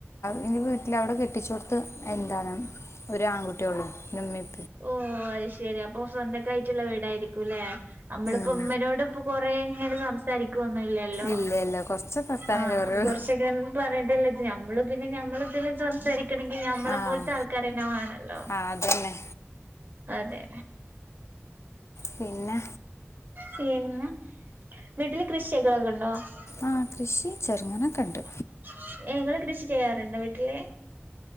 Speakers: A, on the left; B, on the right.
A: എന്റെ വീട്ടില അവിടെ കെട്ടിച്ച കൊടുത്ത് എന്താണ് ഒരു ആൺകുട്ടിയ ഉള്ളൂ എന്റെ മ്മീം
B: ഓ അത് ശരി അപ്പൊ സ്വന്തക്കായിട്ടുള്ള വീടായിരിക്കും ല്ലെ നമ്മളിപ്പോ
A: ഉം
B: ഉമ്മനോട് ഇപ്പൊ കൊറ ഇങ്ങനെ സംസാരിക്കുവൊന്നുംല്ലല്ലോ
A: ഇല്ല ഇല്ല കുറച്ച് വർത്താനല്ലേ
B: ആഹ
A: പറയുള്ളൂ
B: അപ്പൊ കൊറച്ചൊക്ക പറയട്ടല്ലേത് ഞമ്മള് പിന്നെ ഞമ്മള് സംസാരിക്കണമെങ്കിൽ ഞമ്മളെ
A: ആഹ്
B: പോലത്തെ ആൾക്കാര തന്നെ വേണല്ലോ
A: ആഹ് അതന്നെ
B: അതെ
A: പിന്നെ
B: പിനെ വീട്ടിൽ കൃഷിക്കക്കെ ഉണ്ടോ <unintelligible>
A: ആഹ് കൃഷി ചെറുങ്ങനൊക്കെ ഉണ്ട്
B: കൃഷി ചെയ്യാറുണ്ടോ വീട്ടില്